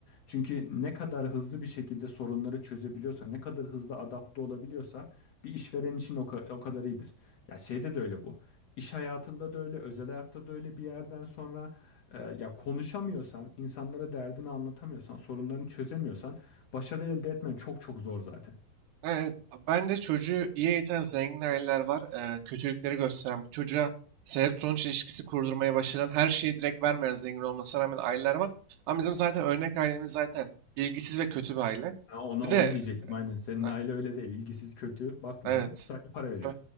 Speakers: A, on the left; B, on the right.
A: Çünkü ne kadar hızlı bir şekilde sorunları çözebiliyorsa, ne kadar hızlı adapte olabiliyorsa bir işveren için o, ka- o kadar iyidir. Ya şeyde de öyle bu. İş hayatında da öyle, özel hayatta da öyle bir yerden sonra e, ya konuşamıyorsan, insanlara derdini anlatamıyorsan, sorunlarını çözemiyorsan başarı elde etmen çok çok zor zaten.
B: Evet, ben de çocuğu iyi eğiten zengin aileler var. Eee, kötülükleri gösteren, bu çocuğa sebep sonuç ilişkisi kurdurmaya başlayan, her şeyi direkt vermeyen zengin olmasına rağmen aileler var. Ama bizim zaten örnek ailemiz zaten ilgisiz ve kötü bir aile.
A: Ha, onu
B: Bir
A: onu
B: de
A: diyecektim
B: e,
A: aynen. Senin
B: ay-
A: aile öyle değil. İlgisiz, kötü, bakmıyor.
B: evet.
A: Sadece para veriyor.
B: Tabii.